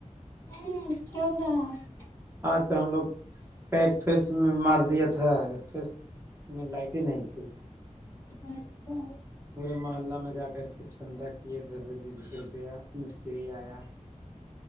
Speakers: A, on the left; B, on the right.
A: ہاں چل رہا ہے
B: آج تو ہم لوگ کا ایک فیس میں مار دیا تھا ایک فیس <inaudible> میں لائٹ ہی نہیں تھی
A: اچھا
B: پورے محلہ میں جا کر کے چھندک <inaudible> یہ دس بی بیس روپیہ مستری آیا <inaudible>